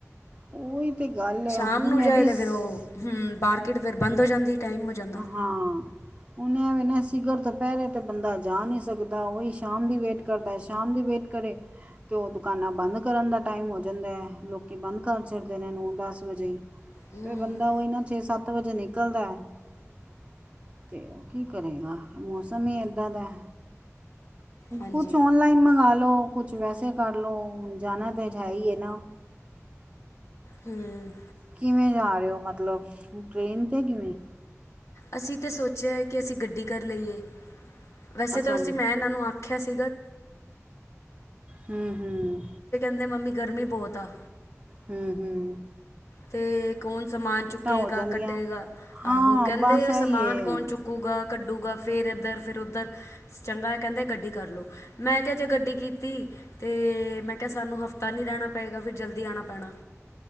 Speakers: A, on the right; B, on the left.
A: ਉਹੀ ਤਾਂ ਗੱਲ ਹੈ
B: ਸ਼ਾਮ
A: ਹੁਣ
B: ਨੂੰ
A: ਐਡੀ
B: ਜਾਏ ਤੇ
A: ਸ
B: ਫੇਰ ਉਹ ਹਮ ਮਾਰਕੀਟ ਫੇਰ ਬੰਦ ਹੋ ਜਾਂਦੀ ਟਾਈਮ ਹੋ ਜਾਂਦਾ
A: ਹਾਂ ਉਹਨ ਸਿਗਰ ਤ ਦੁਪਹਿਰੇ ਤਾਂ ਬੰਦਾ ਜਾ ਨਹੀਂ ਸਕਦਾ ਉਹੀ ਸ਼ਾਮ ਦੀ ਵੇਟ ਕਰਦਾ ਸ਼ਾਮ ਦੀ ਵੇਟ ਕਰੇ ਤੇ ਉਹ ਦੁਕਾਨਾਂ ਬੰਦ ਕਰਨ ਦਾ ਟਾਈਮ ਹੋ ਜਾਂਦਾ ਹੈ ਲੋਕੀ ਬੰਦ ਕਰ ਛਿਰਦੇ ਨੇ ਨੂੰ ਦਸ ਵਜੇ
B: ਹੂੰ
A: ਫਿਰ ਬੰਦਾ ਉਹ ਨਾ ਛੇ ਸੱਤ ਵਜੇ ਨਿਕਲਦਾ ਅਤੇ ਕੀ ਕਰੇਗਾ ਮੌਸਮ ਹੀ ਇਏਦਾਂ ਦਾ
B: ਹਾਂਜੀ
A: ਕੁਛ ਔਨਲਾਈਨ ਮੰਗ ਲੋ ਉਹ ਕੁਛ ਵੈਸੇ ਕਰ ਲਓ ਜਾਣਾ ਤਾਂ ਹੈ ਹੀ ਹੈ ਨਾ
B: ਹੂੰ
A: ਕਿਵੇਂ ਜਾ ਰਹੇ ਹੋ ਮਤਲਬ ਟ੍ਰੇਨ 'ਤੇ ਕਿਵੇਂ
B: ਅਸੀਂ ਤੇ ਸੋਚਿਆ ਕਿ ਅਸੀਂ ਗੱਡੀ ਕਰ ਲਈਏ ਵੈਸੇ
A: ਅੱਛਾ
B: ਤਾਂ ਅਸੀਂ ਮੈਂ ਇਹਨਾਂ ਨੂੰ ਆਖ ਚ
A: ਹੂੰ ਹੂੰ
B: ਬੇਿੰ ਗਰਮੀ ਬਹੁਤ ਆ
A: ਹਮ ਹਮ
B: ਤੇ ਕੌਣ ਸਮਾਨ ਚੁੱਕੇਗਾ
A: ਹੋ ਜਾਂਦੀਆਂ
B: ਕੱਢੇਗਾ ਆਹੋ
A: ਹਾਂ
B: ਕਹਿੰਦੇ
A: ਬਸ ਇਹ
B: ਸਮਾਨ
A: ਹੀ ਹੈ
B: ਕੌਣ ਚੁੱਕੂਗਾ ਕੱਢੂਗਾ ਫਿਰ ਇੱਧਰ ਫਿਰ ਉੱਧਰ ਚੰਗਾ ਕਹਿੰਦੇ ਗੱਡੀ ਕਰ ਲਉ ਮੈਂ ਕਿਹਾ ਜੇ ਗੱਡੀ ਕੀਤੀ ਅਤੇ ਮੈਂ ਕਿਹਾ ਸਾਨੂੰ ਹਫ਼ਤਾ ਨਹੀਂ ਰਹਿਣਾ ਪਏਗਾ ਫਿਰ ਜਲਦੀ ਆਉਣਾ ਪੈਣਾ